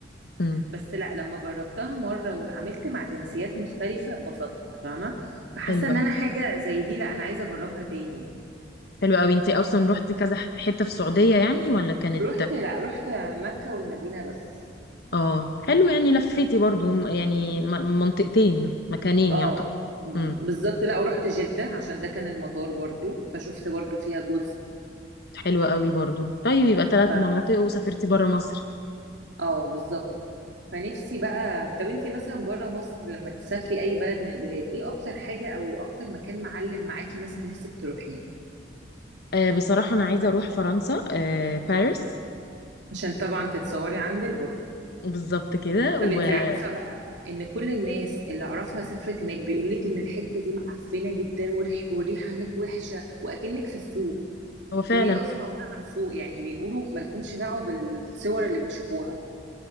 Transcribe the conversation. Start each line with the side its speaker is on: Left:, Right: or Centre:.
Left: مم.
Right: بس لا لما جربتها مرة واتعاملت مع جنسيات مختلفة اتبسطت فاهمة فحاسة
Left: حلوه
Right: ان انا
Left: قوي
Right: حاجة زي دي لا انا عايزة اجربها تاني
Left: حلوه قوي انت اصلا رحتي كذا ح- حته في السعوديه يعني ولا كانت
Right: رحت لا رحت مكة والمدينة بس
Left: اه حلو يعني لفيتي برضو م- يعني م- منطقتين مكانين
Right: اه
Left: يعتبر امم
Right: بالظبط لا ورحت جدة عشان ده كان المطار برضو فشفت برضو فيها جزء
Left: حلوة قوي برضو طيب يبقى ثلاث
Right: ف
Left: مناطق وسافرتي برا مصر
Right: اه بالظبط فنفسي بقى طب انتي مثلا بره مصر لما تسافري اي بلد من البلاد ايه اكتر حاجة او اكتر مكان معلم معاكي مثلا نفسك تروحيه
Left: آه بصراحة أنا عايزة أروح فرنسا آه باريس
Right: عشان طبعا تتصوري عند البرج
Left: بالظبط كده
Right: طب
Left: وهو
Right: انت عارفة بقى ان كل الناس اللي اعرفها سافرت هناك بيقول لك ان الحتة دي معفنة جدا والريح- والريحة هناك وحشة واكنك في السوق
Left: فعلا
Right: وهي اصلا عبارة عن سوق يعني بيقولوا مالكمش دعوة بالصور اللي بتشوفوها